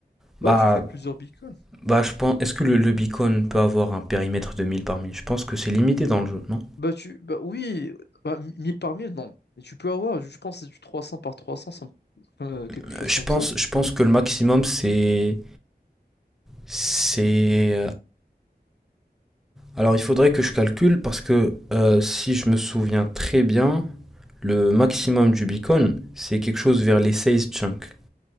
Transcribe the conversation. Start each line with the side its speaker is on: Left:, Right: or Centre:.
Centre: Bah,
Left: Bah tu fais plusieurs beacons.
Centre: bah je pense, est-ce que le, le beacon peut avoir un périmètre de mille par mille Je pense que c'est limité dans le jeu, non?
Left: Bah tu bah oui, bah 1000 par 1000 non, mais tu peux avoir, je pense que c'est du 300 par 300, ça me- euh, quelque
Centre: Euh,
Left: chose
Centre: Je
Left: comme
Centre: pense,
Left: ça.
Centre: je pense que le maximum, c'est C'est. euh, Alors, il faudrait que je calcule parce que euh, si je me souviens très bien, le maximum du Bitcoin, c'est quelque chose vers les 16 chunks,